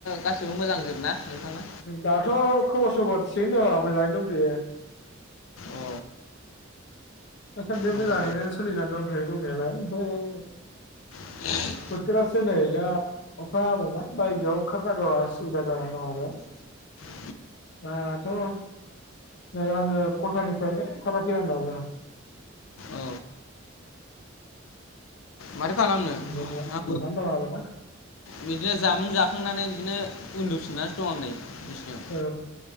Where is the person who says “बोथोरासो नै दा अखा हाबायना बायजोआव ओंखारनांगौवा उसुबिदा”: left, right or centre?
Left